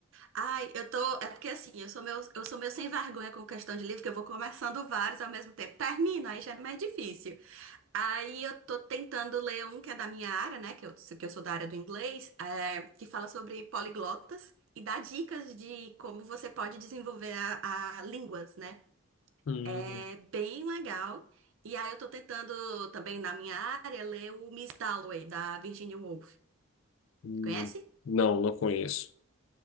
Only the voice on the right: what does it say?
Ai, eu tô. É porque assim, eu sou meu, eu sou meio sem vergonha com questão de livro, que eu vou começando vários ao mesmo tempo. Termino, aí já é mais difícil. Aí eu tô tentando ler um que é da minha área, né? Que eu, que eu sou da área do inglês, é, que fala sobre poliglotas e dá dicas de como você pode desenvolver a, a línguas, né?
É bem legal. E aí eu tô tentando também na minha área ler o Miss Dalloway, da Virginia Woolf.
Conhece?